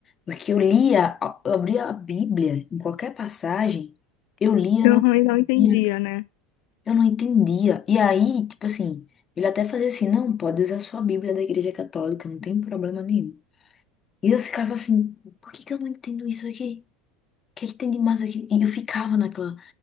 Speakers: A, on the left (about 30°); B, on the left (about 65°).
A: porque eu lia, eu abria a Bíblia em qualquer passagem, eu lia
B: Uhum, e não entendia,
A: Sim.
B: né?
A: Eu não entendia. E aí, tipo assim, ele até fazia assim, não, pode usar sua Bíblia da Igreja Católica, não tem problema nenhum. E eu ficava assim, por que que eu não entendo isso aqui? O que é que tem de mais aqui? E eu ficava naquela.